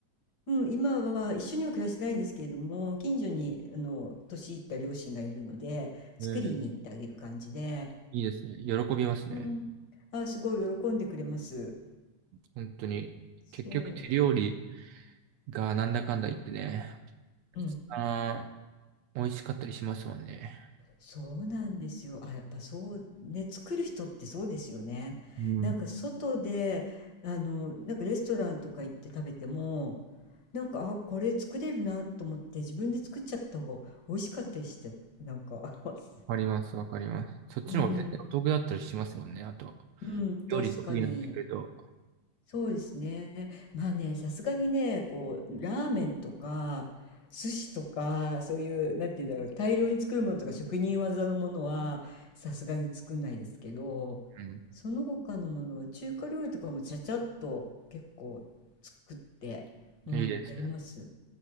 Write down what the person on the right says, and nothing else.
えー、
いいですね。喜びますね。
本当に。
結局手料理がなんだかんだ言ってね、
一番
美味しかったりしますもんね。
うん。
わ
かります、わかります。そっちの方が絶対お得だったりしますもんね。
あと、
料理得意になってくると。
うん。
いいですね。